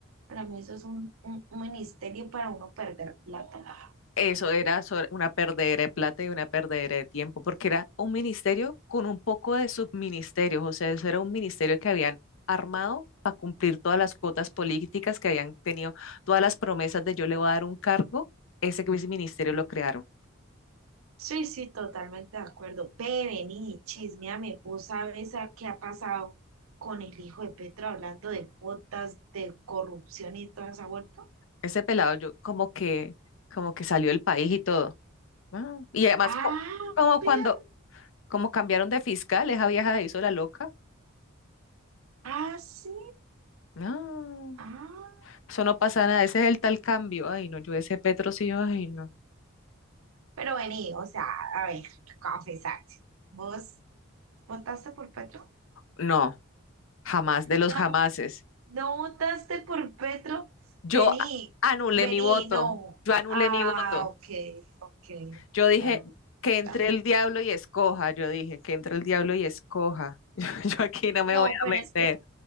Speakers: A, on the right; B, on the left.
A: Para mí eso es un, un- un ministerio para uno perder plata.
B: Eso era sobre- una perdedera de plata y una perdedera de tiempo, porque era un ministerio con un poco de subministerios, o sea, eso era un ministerio que habían armado para cumplir todas las cuotas políticas que habían tenido, todas las promesas de yo le voy a dar un cargo, ese, ese ministerio lo crearon.
A: Sí, sí, totalmente de acuerdo. Ve, vení, chismeame, vos sabes a qué ha pasado con el hijo de Petro hablando de cuotas, de corrupción y toda esa vuelta.
B: Ese pelado yo como que, como que salió del país y todo. Ah, Y además,
A: Ah,
B: co- como
A: pero,
B: cuando, Como cambiaron de fiscal, esa vieja se hizo la loca.
A: ah, sí,
B: No,
A: ah.
B: eso no pasa nada, ese es el tal cambio. Ay, no, yo ese Petro sí, ay, no.
A: Pero vení, o sea, a ver, confesate. Vos ¿Votaste por Petro?
B: No, jamás, de los
A: No,
B: jamases.
A: no votaste por Petro.
B: Yo
A: Vení,
B: a- Sí, anulé
A: vení,
B: mi voto,
A: no.
B: yo anulé
A: Ah,
B: mi voto.
A: ok, ok,
B: Yo dije
A: vale,
B: que entre
A: vale.
B: el diablo y escoja, yo dije que entre el diablo y escoja. <laughs> Yo yo aquí no me
A: No,
B: voy
A: pero
B: a meter.
A: es que,